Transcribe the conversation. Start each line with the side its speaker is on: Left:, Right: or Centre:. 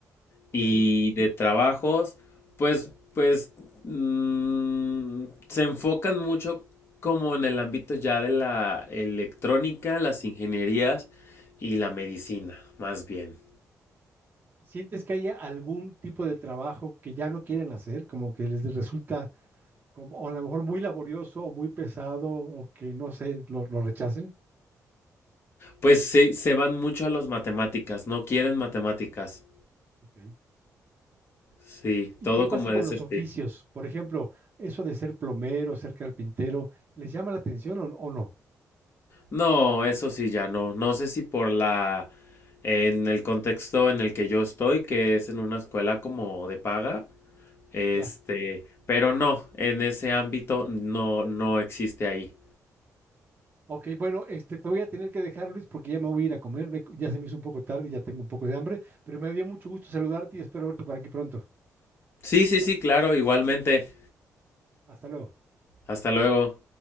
Right: ok.
Left: Y de trabajos, pues, pues, mm, se enfocan mucho como en el ámbito ya de la electrónica, las ingenierías y la medicina, más bien.
Right: ¿Sientes que haya algún tipo de trabajo que ya no quieren hacer, como que les resulta como, o a lo mejor muy laborioso o muy pesado o que no sé, lo, lo rechacen?
Left: Pues se, se van mucho a las matemáticas, no quieren matemáticas.
Right: Ok.
Left: Sí,
Right: ¿Y
Left: todo
Right: qué pasa
Left: como
Right: con
Left: de ese
Right: los
Left: estilo.
Right: oficios? Por ejemplo, eso de ser plomero, ser carpintero, ¿les llama la atención o, o no?
Left: No, eso sí, ya no. No sé si por la, en el contexto en el que yo estoy, que es en una escuela como de paga, este,
Right: Ya.
Left: pero no, en ese ámbito no, no existe ahí.
Right: Ok, bueno, este, te voy a tener que dejar, Luis, porque ya me voy a ir a comer. me- Ya se me hizo un poco tarde y ya tengo un poco de hambre, pero me dio mucho gusto saludarte y espero verte por aquí pronto.
Left: Sí, sí, sí, claro, igualmente.
Right: Hasta luego.
Left: Hasta luego.